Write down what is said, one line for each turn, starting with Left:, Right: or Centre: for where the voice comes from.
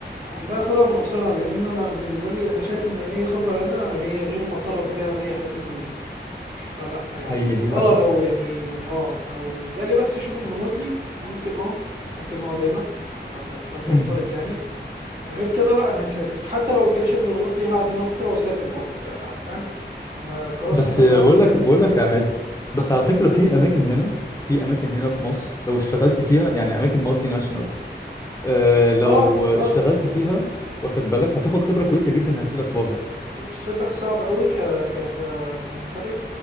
Right: والله خدها من قصرها لان انا بالنسبة لي انا شايف ان اي خبرة هنا هي غير معترف بيها بأي حتة تانية فلا يعني
Left: حقيقي للاسف
Right: اه لو يعني اه لو جالي بس شغل ريموتلي ممكن اه ممكن اقعد هنا لو ده توفرت
Left: مم.
Right: يعني غير كده لا انا هسافر حتى لو جالي شغل ريموتلي هقعد هنا فتره واسافر برضه يعني لا فاهم انا قرار
Left: بس
Right: السفر
Left: بقول
Right: ده يعني فاهم
Left: لك بقول
Right: اخده
Left: لك يا عماد
Right: يعني
Left: بس على فكرة
Right: معاك
Left: في اماكن هنا في اماكن هنا في مصر لو اشتغلت فيها يعني اماكن مالتي ناشونال آه، لو
Right: اه
Left: اشتغلت
Right: فعلا
Left: فيها واخد بالك هتاخد خبرة كويسة جدا هتفيدك بره
Right: فرصتك صعبة قوي ك... ك... ك... كمتخرج